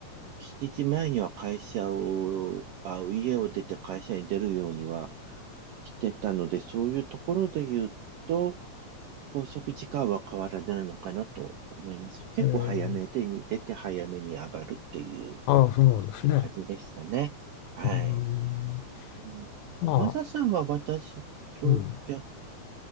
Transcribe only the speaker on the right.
7時前には会社を、あ、家を出て会社に出るようにはしてたので、そういうところで言うと、拘束時間は変わらないのかなと思います。結構早めでに出て早めに上がるっていう
感じでしたね。はい。
うん。
マサさんは私と逆